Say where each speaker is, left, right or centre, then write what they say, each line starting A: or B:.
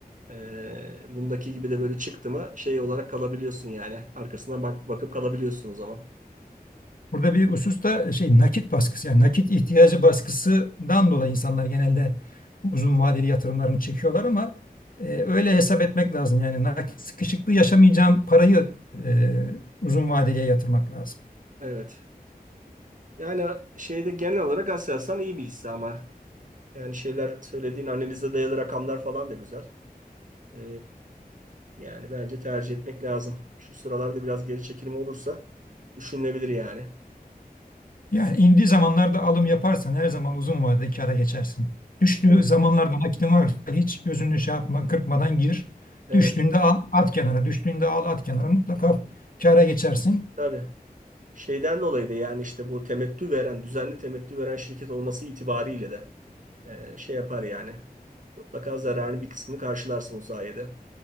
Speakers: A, on the right (about 55°); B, on the left (about 60°).
A: Ee, bundaki gibi de böyle çıktı mı şey olarak kalabiliyorsun yani. Arkasına bak bakıp kalabiliyorsun o zaman.
B: Burada bir husus da e, şey nakit baskısı yani nakit ihtiyacı baskısından dolayı insanlar genelde uzun vadeli yatırımlarını çekiyorlar ama e, öyle hesap etmek lazım. Yani nakit sıkışıklığı yaşamayacağın parayı e, uzun vadeliye yatırmak lazım.
A: Evet. Yani şeyde genel olarak Aselsan iyi bir hisse ama yani şeyler söylediğin analize dayalı rakamlar falan da güzel. Ee, yani bence tercih etmek lazım. Şu sıralarda biraz geri çekilme olursa düşünülebilir yani.
B: Yani indiği zamanlarda alım yaparsan her zaman uzun vadede kâra geçersin. Düştüğü
A: Evet.
B: zamanlarda nakitin varsa hiç gözünü şey yapma kırpmadan gir.
A: Evet.
B: Düştüğünde al at kenara, düştüğünde al at kenara mutlaka kâra geçersin.
A: Tabii. Şeyden dolayı da yani işte bu temettü veren, düzenli temettü veren şirket olması itibariyle de e, şey yapar yani. Mutlaka zararın bir kısmını karşılarsın o sayede.